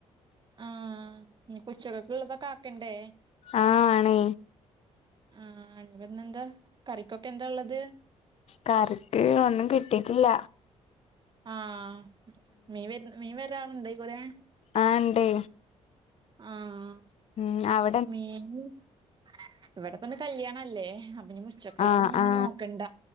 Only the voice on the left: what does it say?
ആഹ് ആണ്.
കറിക്ക് ഒന്നും കിട്ടീട്ടില്ല.
ആഹ് ഇണ്ടേ
ഉം അവ
ആ
ആ